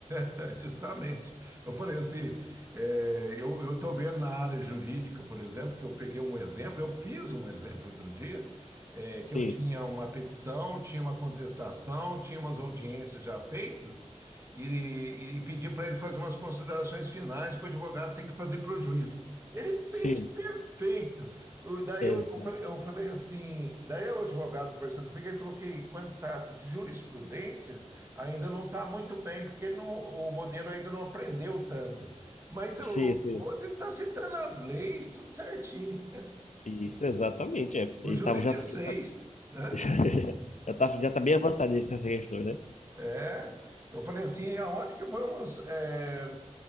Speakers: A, on the right; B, on the left.
A: <laughs> Justamente. Eu falei assim, é, eu estou vendo na área jurídica, por exemplo, que eu peguei um exemplo, eu fiz um exemplo outro dia, é, que
B: Sim,
A: eu tinha uma petição, tinha uma contestação, tinha umas audiências já feitas, e, e, e pedi para ele fazer umas considerações finais que o advogado tem que fazer para o juiz. Ele fez
B: sim.
A: Perfeito. O- Daí
B: Exato.
A: eu, eu falei eu falei assim, daí o advogado conversando comigo, ele falou que quando trata de jurisprudência, ainda não está muito bem, porque ele não- o modelo ainda não aprendeu tanto. Mas o
B: Sim, sim.
A: outro ele está citando as leis, tudo certinho.
B: Isso, exatamente. É. Ele
A: O júri
B: tava, já,
A: de
B: <laughs>
A: seis, né?
B: já, já, tá, já tá bem avançado nessas questões, né?
A: É. Eu falei assim, aonde que vamos? é,